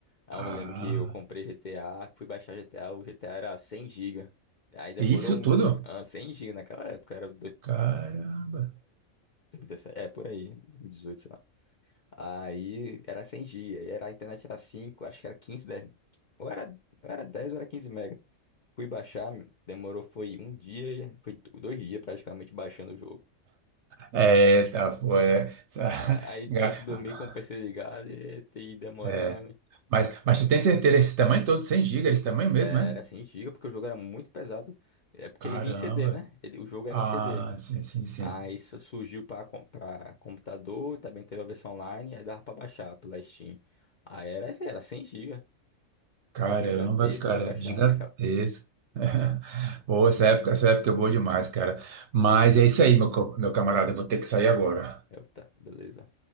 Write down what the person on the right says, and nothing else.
Ah,
Isso
tudo?
caramba.
É, tá, foi. É, essa-
<laughs>
É. Mas, mas tu tem certeza, esse tamanho todo, 100 gigas, esse tamanho mesmo,
é?
Caramba.
Ah,
sim, sim, sim.
Caramba,
cara,
gigantesco.
<laughs> Boa, essa época, essa época é boa demais, cara. Mas é isso aí, meu, co- meu camarada, eu vou ter que sair agora.